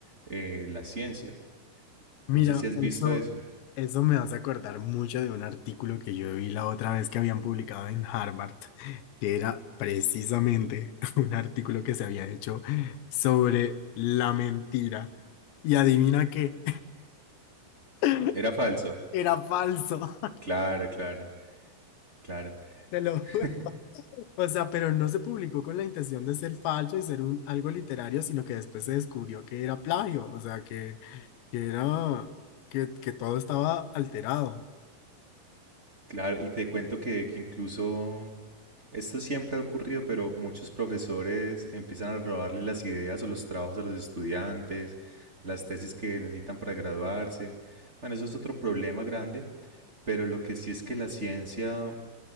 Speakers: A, on the right; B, on the left.
A: eh, la ciencia.
B: Mira,
A: No sé si has
B: eso,
A: visto eso.
B: eso me hace acordar mucho de un artículo que yo vi la otra vez que habían publicado en Harvard, que era precisamente <laughs> un artículo que se había hecho sobre la mentira. Y adivina qué, <laughs>
A: Era falso.
B: era falso. <laughs>
A: Claro, claro, claro.
B: Te lo
A: <laughs>
B: juro. O sea, pero no se publicó con la intención de ser falso y ser un, algo literario, sino que después se descubrió que era plagio, o sea, que, que era, que, que todo estaba alterado.
A: Claro, y te cuento que, que incluso esto siempre ha ocurrido, pero muchos profesores empiezan a robarle las ideas o los trabajos a los estudiantes, las tesis que necesitan para graduarse. Bueno, eso es otro problema grande, pero lo que sí es que la ciencia